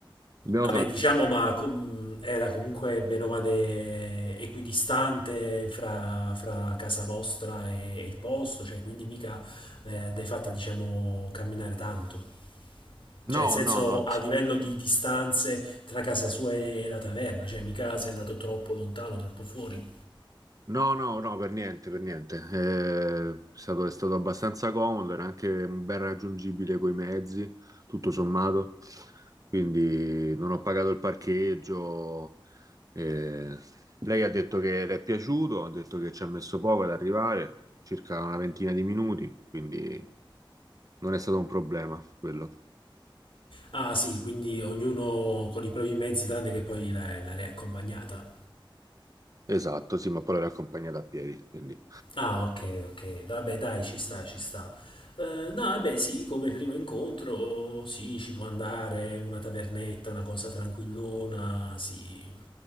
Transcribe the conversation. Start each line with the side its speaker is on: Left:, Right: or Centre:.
Right: Abbiamo
Left: Vabbè,
Right: fatto...
Left: diciamo, ma com- era comunque bene o male equidistante fra, fra casa vostra e, e il posto, cioè, quindi mica eh, l'hai fatta, diciamo, camminare tanto. Cioè,
Right: No,
Left: in senso
Right: no, no.
Left: a livello di distanze tra casa sua e la taverna, cioè mica sei andato troppo lontano, troppo fuori.
Right: No, no, no, per niente, per niente. Eh, È stato, è stato abbastanza comodo, era anche ben raggiungibile coi mezzi, tutto sommato. Quindi non ho pagato il parcheggio. eh, lei ha detto che le è piaciuto, ha detto che ci ha messo poco ad arrivare, circa una ventina di minuti, quindi non è stato un problema quello.
Left: Ah, sì, quindi ognuno con i propri mezzi, tranne che poi la- l'area accompagnata.
Right: Esatto, sì, ma poi l'ho accompagnata a piedi, quindi
Left: Ah, ok, ok, vabbè, dai, ci sta, ci sta. Eh, no, vabbè, sì, come primo incontro, sì, ci può andare, una tavernetta, una cosa tranquillona, sì.